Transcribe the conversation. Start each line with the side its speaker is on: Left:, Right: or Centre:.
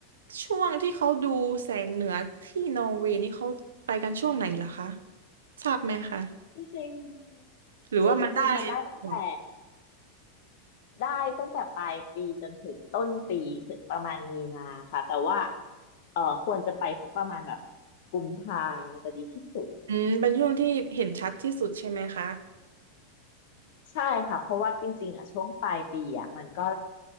Right: ช่วงที่เขาดูแสงเหนือที่นอร์เวย์นี่เขาไปกันช่วงไหนเหรอคะทราบไหมคะ
Left: จริงๆจริงๆมันได้ตั้งแต่
Right: หรือว่ามันได้หมด
Left: ได้ตั้งแต่ปลายปีจนถึงต้นปีถึงประมาณมีนาค่ะแต่ว่าเออควรจะไปสักประมาณแบบกุมภาจะดีที่สุด
Right: อืมเป็นช่วงที่เห็นชัดที่สุดใช่ไหมคะ
Left: ใช่ค่ะเพราะว่าจริงๆอ่ะช่วงปลายปีอ่ะมันก็